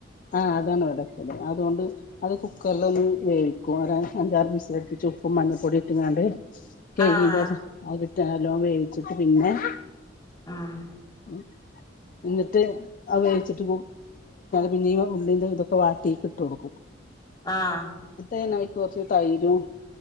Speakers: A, on the left; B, on the left.
A: ആ അതാണ് ഇവിടെകിട്ടാല് അതുകൊണ്ട് അത് കു കുക്കറില് ഒന്ന് വേവിക്കും അഞ്ചാറ് വിസിലടിപ്പിച്ച് ഉപ്പും മഞ്ഞപ്പൊടി ഇട്ടിങ്ങാണ്ട് <unintelligible>
B: ആഹ്
A: അതിട്ട്ല്ല് നല്ലോണം വേവിച്ചിട്ട് പിന്നെ-
B: ആഹ്
A: ഉംഹ് <unintelligible> എന്നിട്ട് ആത് വേവിച്ചിട്ട് പിന്നെയ ഉള്ളി ഇതൊക്കെ വാട്ടിയെക്ക് ഇട്ടു കൊടുക്കും
B: ആഹ്
A: അയിലേക്ക് കൊറച്ച് തൈരും